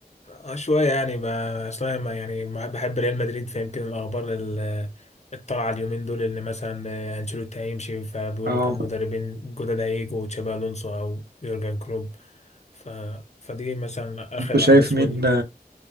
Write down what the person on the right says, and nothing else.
اه
انت شايف
مين